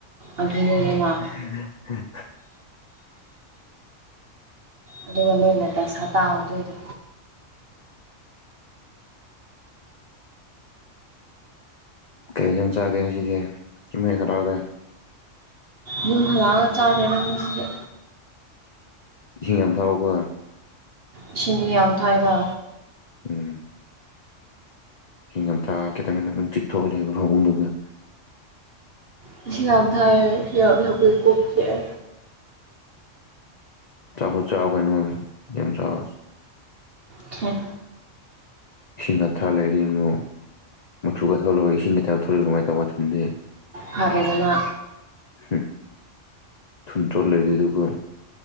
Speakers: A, on the right; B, on the left.
A: ꯑꯗꯨꯅꯦ ꯑꯗꯨꯅ
B: ꯎꯝ ꯎꯝ
A: ꯑꯗꯨꯒ ꯅꯣꯏꯅ ꯗꯁꯥ ꯇꯥꯍꯧꯗꯣꯏꯗꯣ
B: ꯀꯩ ꯏꯟꯖꯥꯡ ꯆꯥꯒꯩ ꯉꯁꯤꯗꯤ ꯏꯃꯣꯏ ꯈꯔꯥꯎꯑꯒ
A: ꯌꯨꯝ ꯍꯜꯂꯛꯑꯒ ꯆꯥꯂꯦꯔꯁꯤꯗ
B: ꯏꯁꯤꯡ ꯌꯥꯝ ꯊꯛꯑꯣꯀꯣ
A: ꯏꯁꯤꯡ ꯌꯥꯝ ꯊꯒꯥ
B: ꯎꯝ ꯍꯤꯡꯅ ꯊꯥ ꯈꯤꯇꯪ ꯈꯤꯇꯪ ꯆꯤꯠꯊꯣꯛꯒꯂꯦꯕ ꯐꯥꯃꯨꯡꯗꯨꯒ
A: ꯂꯩꯆꯤꯜ ꯌꯥꯝ ꯊꯥꯏꯌꯦ ꯌꯥꯝꯅ ꯄꯣꯛ ꯄꯣꯛ ꯆꯥꯛꯑꯦ
B: ꯆꯥꯛꯇꯣ ꯆꯥꯎ ꯀꯩꯅꯣ ꯌꯥꯝ ꯆꯥꯎ
A: ꯈꯠ
B: ꯏꯁꯤꯡ ꯑꯊꯥ ꯂꯩꯔꯤꯉꯨ ꯃꯨꯊꯨꯒ ꯊꯧꯔꯨꯔꯒ ꯏꯁꯤꯡꯒ ꯊꯥꯕ ꯊꯧꯂꯛꯏ ꯀꯃꯥꯏꯅ ꯇꯧꯕꯅ ꯊꯟꯗꯦ
A: ꯐꯔꯦꯗꯅ
B: ꯍꯨꯝ ꯊꯨꯟ ꯊꯣꯛꯑ ꯂꯩꯗꯣꯏ ꯗꯨꯒ